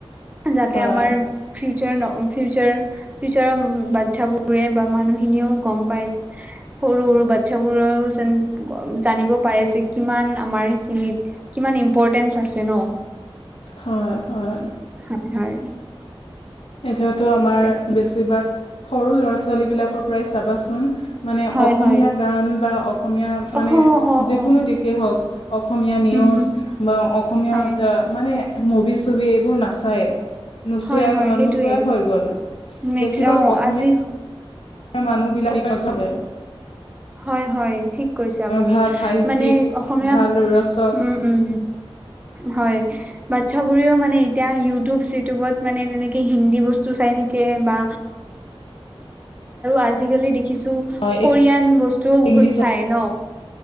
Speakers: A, on the right; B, on the left.
A: যাতে
B: হয়
A: আমাৰ ফিউচাৰৰ বাচ্ছাবোৰে বা মানুহখিনিয়ও গম পাই সৰু, সৰু বাচ্ছাবোৰেও জানিব পাৰে যে কিমান আমাৰ খিনিত কিমান ইম্পৰ্টেণ্টচ আছে ন
B: হয় হয়
A: হয় হয়
B: এতিতো আমাৰ
A: তাকে
B: বেছিভাগ সৰু ল'ৰা ছোৱালী বিলাকৰ পৰাই চাবাচোন মানে
A: হয়
B: অসমীয়া
A: হয়
B: গান বা অসমীয়া
A: অ
B: মানে
A: অ
B: যিকোনো
A: অ
B: দিশেই হওক অসমীয়া নিউজ
A: হম হম
B: বা অসমীয়া
A: হয়
B: মানে মুভি চভি এইবোৰ নাচায় নুচুৱাই
A: হয় হয় সেইটোয়ে
B: নুচুৱাই হৈ গ'ল
A: নেক্স
B: বেছিভাগ
A: অ
B: অসমীয়া
A: আজি
B: মানুহ বিলাকৰে
A: হয় হয় ঠিক কৈছে আপুনি
B: ভাল সাহিত্যিক
A: মানে অসমীয়া
B: ভাল ৰচক
A: উম উম হয় বাচ্ছাবোৰেও মানে এতিয়া চিউটিউবত মানে তেনেকে হিন্দী বস্তু চাই থাকে বা াল ব্তু
B: হয়
A: বু
B: ইংলিছৰ
A: ন